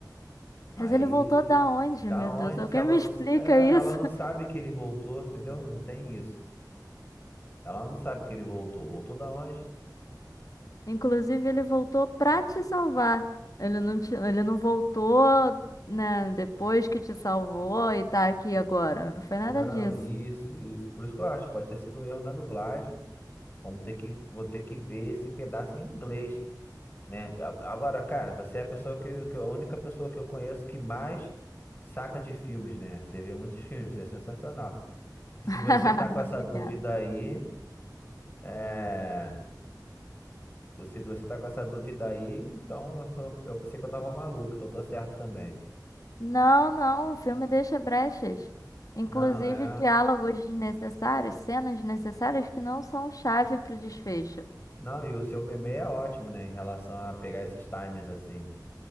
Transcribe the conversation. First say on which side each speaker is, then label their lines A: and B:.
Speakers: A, on the left; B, on the left.
A: Aí,
B: Mas ele voltou da onde,
A: da
B: meu
A: onde?
B: Deus? Alguém
A: Se ela
B: me
A: não,
B: explica
A: é,
B: isso?
A: ela não
B: <laughs>
A: sabe que ele voltou, entendeu? Não tem isso. Ela não sabe que ele voltou. Voltou da onde?
B: Inclusive, ele voltou pra te salvar. Ele não te- ele não voltou, né, depois que te salvou e tá aqui agora. Não foi
A: Não,
B: nada disso.
A: isso, isso. Por isso que eu acho, pode ter sido um erro na dublagem. Vamos ter que, vou ter que ver esse pedaço em inglês, né? A- Agora, cara, você é a pessoa que, que a única pessoa que eu conheço que mais saca de filmes, né? Você vê muitos filmes, isso é sensacional. Se
B: <laughs>
A: você tá com essa
B: Obrigada.
A: dúvida aí, é... se você tá com essa dúvida aí, então <laughs> eu, eu pensei que eu tava maluco, então eu tô certo também.
B: Não, não, o filme deixa brechas. Inclusive
A: Não, é.
B: diálogos desnecessários, cenas desnecessárias que não são chave para o desfecho.
A: Não, e o seu meme é ótimo, né? Em relação a pegar esses timers assim.